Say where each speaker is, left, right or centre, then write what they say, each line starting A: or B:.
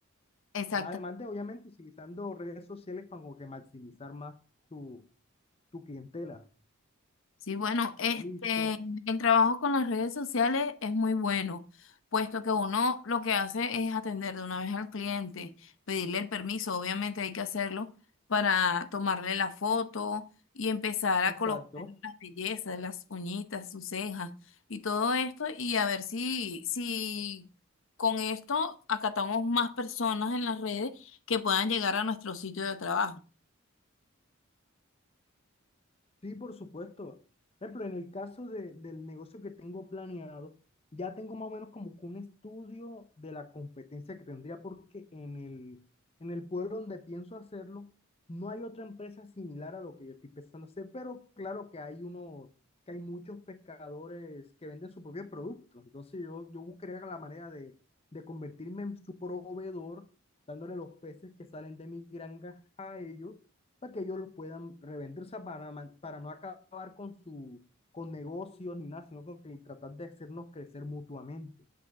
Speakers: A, on the left (about 65°); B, on the left (about 30°).
A: Exacto.
B: Ya además de, obviamente, utilizando redes sociales para como que maximizar más tu, tu clientela.
A: Sí, bueno, este,
B: Listo,
A: el trabajo con las redes sociales es muy bueno, puesto que uno lo que hace es atender de una vez al cliente, pedirle el permiso, obviamente hay que hacerlo para tomarle la foto y empezar a
B: exacto.
A: colocar las bellezas, las uñitas, sus cejas y todo esto y a ver si, si con esto acatamos más personas en las redes que puedan llegar a nuestro sitio de trabajo.
B: Sí, por supuesto. Por ejemplo, en el caso de- del negocio que tengo planeado, ya tengo más o menos como que un estudio de la competencia que tendría, porque en el, en el pueblo donde pienso hacerlo, no hay otra empresa similar a lo que yo estoy pensando hacer, pero claro que hay unos, que hay muchos pescadores que venden sus propios productos. Entonces yo, yo buscaría la manera de, de convertirme en su proveedor, dándole los peces que salen de mi granja a ellos para que ellos los puedan revender, o sea, para, man- para no acabar con su con negocios ni nada, sino con que tratar de hacernos crecer mutuamente.